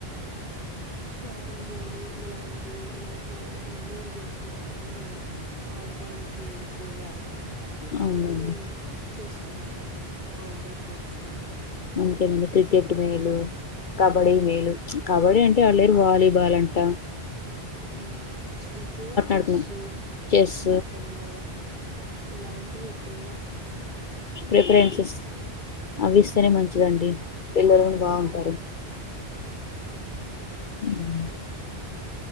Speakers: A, on the right; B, on the left.
A: క్యారం బోర్డు ఇలాంటివి లోప్లా ఇండోర్ గేమ్స్ మాత్రమే ఆడటానికి ఎక్కుగా
B: అవునండి
A: ఉమ్ చేస్తున్నాను ఔడోర్ గేమ్స్ కంటే
B: అంతేనండి క్రికెటు మేలు కబడ్డీ మేలు కబడ్డీ అంటే ఆల్రెడీ వాలీబాల్ అంటాం.
A: ఉమ్. ఎక్కువగా చెస్
B: ఆడుకునే చెస్
A: అష్టాచమ్మ ఇలాంటివి ఎక్. కో.
B: రిఫరెన్సస్ అవిస్. అట్లానే మంచిదండి పిల్లలు కూడా బాగుంటారు.
A: ఉమ్.
B: ఉమ్.